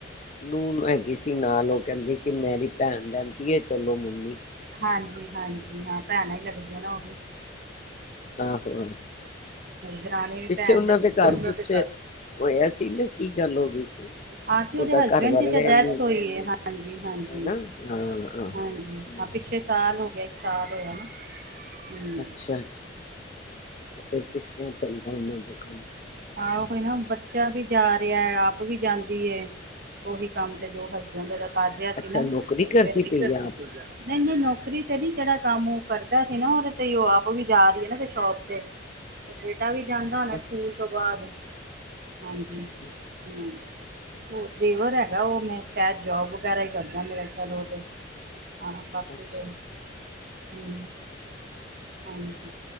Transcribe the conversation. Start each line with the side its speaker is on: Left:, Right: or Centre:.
Left: ਨੂੰਹ ਹੈਗੀ ਸੀ ਨਾਲ ਉਹ ਕਹਿੰਦੀ ਕਿ ਮੇਰੀ ਭੈਣ ਰਹਿੰਦੀ ਹੈ ਚਲੋ ਮੰਮੀ।
Right: ਹਾਂਜੀ ਹਾਂਜੀ ਹਾਂ ਭੈਣ ਹੀ ਲਗਦੀ ਹਾ
Left: ਆਹੋ ਆਹੋ
Right: ਦਰਾਨੀ ਵੀ
Left: ਪਿੱਛੇ
Right: ਭੈਣ
Left: ਉਹਨਾਂ
Right: ਲੱਗਦੀ
Left: ਦੇ
Right: ਤੁਹਾਡੀ।
Left: ਘਰ ਕੁਛ ਹੋਇਆ ਸੀ ਨਾ ਕੀ ਗੱਲ ਹੋ ਗਈ ਸੀ
Right: ਆਸ਼ੂ
Left: ਉਹਦਾ
Right: ਦੇ ਹਸਬਡ
Left: ਘਰ
Right: ਕਹਿੰਦੀ
Left: ਵਾਲੇ
Right: ਤੇ ਡੈਥ
Left: ਨੂੰ
Right: ਹੋਈ ਹੈ ਹਾਂਜੀ ਹਾਂਜੀ
Left: ਹਨਾ ਹਾਂ ਹਾਂ
Right: ਹਾਂਜੀ।
Left: ਸਮਝ ਗਈ
Right: ਪਿਛਲੇ ਸਾਲ ਸਾਲ ਹੋ ਗਿਆ ਇੱਕ ਸਾਲ ਹੋਇਆ ਨਾ ਹਮ
Left: ਅੱਛਾ ਅੱਛਾ ਤੇ ਫਿਰ ਕਿਸ ਤਰ੍ਹਾਂ ਚੱਲਦਾ ਉਹਨਾਂ ਦਾ ਕੰਮ ਕਾਰ ਦਾ
Right: ਹਾਂ ਆਹੋ ਕੋਈ ਨਾ ਬੱਚਾ ਵੀ ਜਾ ਰਿਹਾ ਆਪ ਵੀ ਜਾਂਦੀ ਹੈ। ਉਹੀ ਕੰਮ ਤੇ ਜੋ ਹਸਬੈਂਡ ਕਰ ਰਿਹਾ
Left: ਅੱਛਾ
Right: ਸੀ ਨਾ
Left: ਨੌਕਰੀ ਕਰਦੀ
Right: ਨਹੀਂ
Left: ਪਈ ਆ ਆਪ
Right: ਨਹੀਂ ਨੌਕਰੀ ਤੇ ਨੀ ਜਿਹੜਾ ਕੰਮ ਉਹ ਕਰਦਾ ਸੀ ਨਾ ਉਹਦੇ ਤੇ ਉਹ ਆਪ ਵੀ ਜਾ ਰਹੀ ਹੈ ਨਾ ਫੇਰ ਸ਼ੋਪ ਤੇ ਮੁੰਡਾ ਵੀ ਜਾਂਦਾ ਹੋਣਾ
Left: ਅੱਛਾ
Right: ਸਕੂਲ ਤੋਂ ਬਾਅਦ ਹਾਂਜੀ
Left: ਅੱਛਾ
Right: ਹੂੰ ਹੋਰ ਦੇਵਰ ਹੈਗਾ ਉਹ ਮੈਂ ਸ਼ਾਇਦ ਜੋਬ ਵਗੈਰਾ ਹੀ ਕਰਦਾ ਮੇਰਾ ਖਿਆਲ ਉਹ ਤੇ ਹਾਂ ਬਾਕੀ
Left: ਅੱਛਾ
Right: ਦੇ
Left: ਅੱਛਾ
Right: ਹ ਹਾਂ